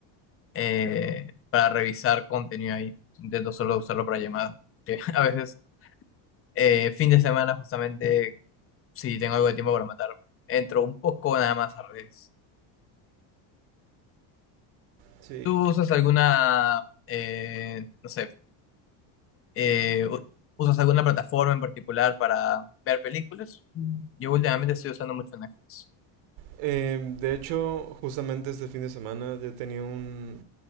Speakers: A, on the left; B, on the right.
A: eh, para revisar contenido ahí. Intento solo usarlo para llamadas. Que <laughs> a veces, eh, fin de semana, justamente, si tengo algo de tiempo para matar, entro un poco nada más a redes.
B: Sí.
A: ¿Tú usas alguna, eh, no sé, eh, u- usas alguna plataforma en particular para ver películas? Yo últimamente estoy usando mucho Netflix.
B: Eh, de hecho, justamente este fin de semana yo tenía un...